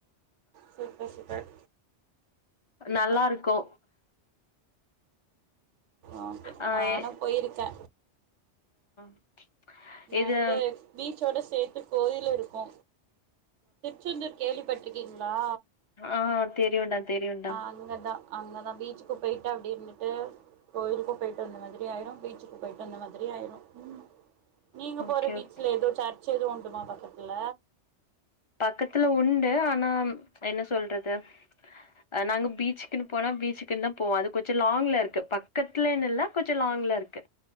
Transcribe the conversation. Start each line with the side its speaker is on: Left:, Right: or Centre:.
Right: சூப்பர் சூப்பர்
Left: நல்லா இருக்கு
Right: ஓகே
Left: ஆ
Right: நானு
Left: எ
Right: போயிருக்கே
Left: <unintelligible>
Right: நா
Left: இது
Right: வந்துட்டு பீச்சோட சேத்து கோயிலு இருக் கோ திருச்செந்தூர் கேள்விப்பட்டிருக் இங்ளா
Left: ஆட் தெரியுண்டா தெரியுண்டா
Right: அங்கதா அங்கதா பீச்சுக்கு போயிட்டு அப்டி இருந்துட்டு கோயிலுக்கும் போயிட்டு வந்த மாதிரி ஆயிரு பீச்சுக்கு போயிட்டு வந்த மாதிரி ஆயிரு ம் நீங்க
Left: ஓகே
Right: போற பீச்ல
Left: ஓகே
Right: ஏதோ ஃசாட் செய்து கொண்டுமா பக்கத்துல
Left: பக்கத்துல உண்டு, ஆனா என்ன சொல்றது அ நாங்க பீச்சுக்குன்னு போனா பீச்சுக்குன்னுதா போவோ, அது கொச்சோ லாங்ல இருக்கு பக்கத்துலேன்னு இல்ல கொச்சோ லாங்ல இருக்கு.